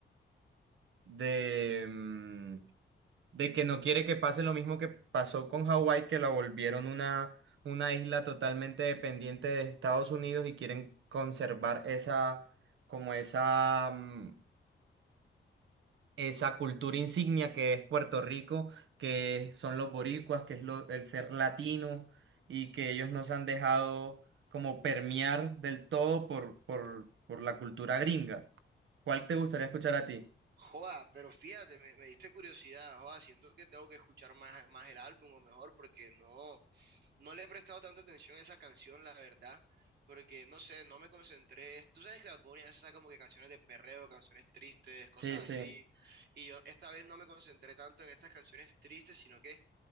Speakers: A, on the right; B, on the right.
A: de, mm, de que no quiere que pase lo mismo que pasó con Hawái, que la volvieron una, una isla totalmente dependiente de Estados Unidos y quieren conservar esa como esa, mm, esa cultura insignia que es Puerto Rico, que son los boricuas, que es lo- el ser latino y que ellos nos han dejado como permear del todo por, por, por la cultura gringa. ¿Cuál te gustaría escuchar a ti?
B: Joda, pero fíjate, me, me diste curiosidad, joda, siento que tengo que escuchar más, más el álbum o mejor porque no. No le he prestado tanta atención a esa canción, la verdad, porque no sé, no me concentré. Tú sabes que Bad Bunny a veces saca como que canciones de perreo, canciones tristes, cosas
A: Sí, sí,
B: así. Y yo esta vez no me concentré tanto en estas canciones tristes, sino que